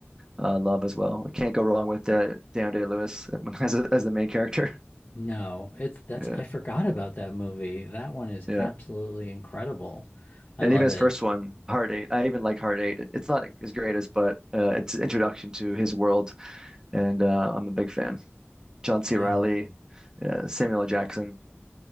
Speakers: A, on the right; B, on the left.
A: uh, love as well. I can't go wrong with uh, Daniel Day-Lewis <laughs> as a, as the main character. <laughs>
B: No, it's that's
A: Yeah,
B: I forgot about that movie. That one is
A: yeah.
B: absolutely incredible. I
A: And
B: love
A: even his
B: it.
A: first one, Heart Eight. I even like Heart Eight. It's not his greatest, but uh, it's an introduction to his world, and uh, I'm a big fan. John C.
B: Yeah.
A: Riley, uh, Samuel L. Jackson.